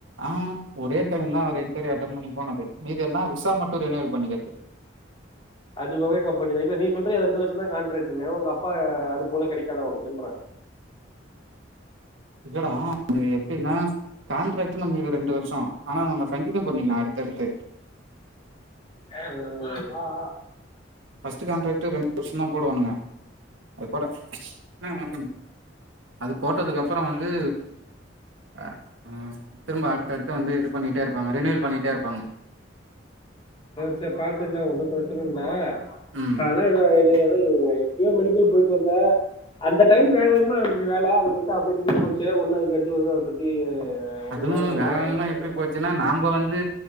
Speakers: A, on the right (about 90°); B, on the left (about 30°).
A: ஆ ஒரே டைம் தா அவர் இன்டர்வியூ அட்டன் பண்ணி போ பேசனது மீதி எல்லா விசா மட்டு ரெனிவல் பண்ணி <unintelligible>
B: அதுவொவே கம்பெனி தா இல்ல நீ சொல்ற ரெண்டு வருஷ தா கான்ட்ராக்ட்னு உங்க அப்பா அது போல கிடைக்காதா உனக்குன்ற
A: இல்லடா அது எப்படீன்னா கான்ட்ராக்ட் நம்பளுக்கு ரெண்டு வருஷோ ஆனா நம்ம கன்டினியூ பண்ணிக்கலா அடுத்தடுத்து
B: ஏறட்டுமா ஆ ஆ
A: பஸ்ட்டு கான்ராக்டு ரெண்டு வருஷம் தா போடுவானுங்க அப்பறோ அண்ண வணக்கம்ன்ன அது போட்டதுக்கு அப்புறோ வந்து ஆ திரும்ப அடுத்த அடுத்து வந்து இது பண்ணிட்டே இருப்பாங்க ரினிவல் பண்ணிட்டே இருப்பாங்க
B: ச்ச பாத்துக்கலா ஒன்னு பிரச்சன இல்ல
A: ம்
B: அதா இத இது ங்க எப்யோ மெடிக்கல் போயிட்டு வந்த அந்த டைம்ல வேக வேகமா வந்துச்சி வேல அதுக்கடுத்து அப்டியே நின்னு போச்ச ஒன்னு அடுத்து அத பத்தி ஒன்றும்
A: அதுவு
B: வேலை நடக்குதா
A: வேக வேகமா
B: என்னன்னு
A: எப்பிடி
B: கேட்டேன்
A: போச்சுன்னா நாம்ப வந்து